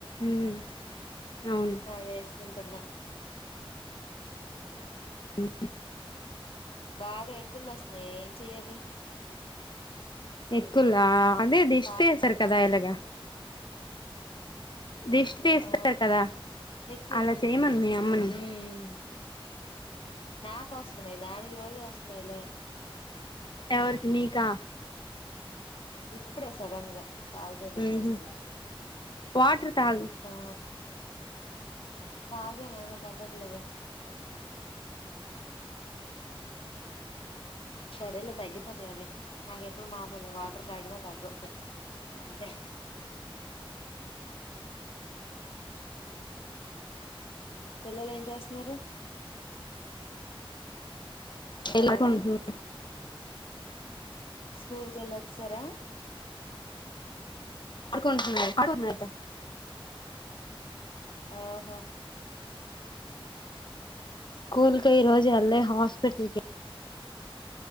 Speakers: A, on the left; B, on the left.
A: ఉమ్ అవును
B: ఆ వేసుకుంటున్నా
A: హ్మ్మ్
B: బాగా ఎక్కిళ్ళు వస్తున్నాయి ఏం చెయ్యాలి
A: ఎక్కులా అదే అది దిష్టి
B: పాప
A: తీశారు
B: పడుకుంది
A: కదా ఎలాగా దిష్టి తీస్తారు
B: ఆ
A: కదా
B: ఎక్కువలు
A: అలా
B: ఉమ్
A: చేయమను మీ అమ్మని
B: ఉమ్. నాకు వస్తున్నాయి దానికి రోజు వస్తున్నాయిలే
A: ఎవరికి మీకా
B: ఇప్పుడే సడన్ గా చాలాసేపు అయింది
A: ఉహు
B: వస్తలే
A: వాటర్ తాగు
B: ఆ ఆ తాగేనయినా తగ్గట్లేదే సరేలే తగ్గిపోతా అవే నాకెప్పుడు మామూలే వాటర్ తాగిన తగ్గు అవి అంతే పిల్లలు ఏం చేస్తున్నారు
A: <unintelligible>
B: హలో స్కూల్ వెళ్ళొచ్చ సారా
A: ఆడుకుంటున్నారు
B: ఓహా
A: స్కూల్ కై రోజూ లే హాస్పిటల్కి